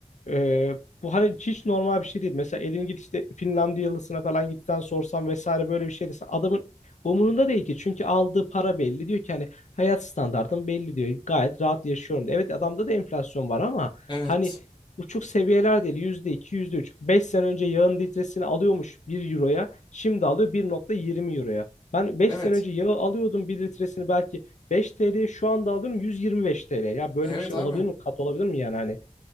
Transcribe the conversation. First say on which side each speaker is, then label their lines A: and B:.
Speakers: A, on the left; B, on the left.
A: Ee, bu hani hiç normal bir şey değil. Mesela elin git işte Finlandiyalısına falan gitten sorsan vesaire böyle bir şey desen adamın umurunda değil ki. Çünkü aldığı para belli. Diyor ki hani hayat standartım belli diyor. Gayet rahat yaşıyorum diyor. Evet adamda da enflasyon var ama
B: Evet.
A: hani uçuk seviyeler değil. Yüzde iki, yüzde üç. Beş sene önce yağın litresini alıyormuş bir euroya. Şimdi alıyor bir nokta yirmi euroya. Ben beş
B: Evet.
A: sene önce yağı alıyordum bir litresini belki 5 TL'ye şu anda alıyorum 125 TL. Ya böyle
B: Evet
A: bir şey
B: abi.
A: olabilir mi? Kat olabilir mi yani hani?